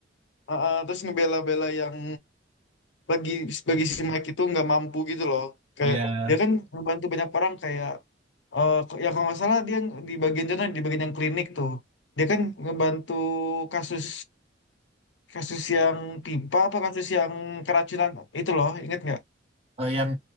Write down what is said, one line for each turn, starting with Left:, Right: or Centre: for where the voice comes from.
Left: ah, ah, terus ngebela-bela yang bagi bagi si Mike itu nggak mampu gitu loh kayak
Right: Iya,
Left: dia kan membantu banyak orang kayak eh ko- ya kalau nggak salah dia di bagian contoh di bagian yang klinik tuh dia kan ngebantu kasus kasus yang pipa apa kasus yang keracunan itu loh inget nggak
Right: eh, yang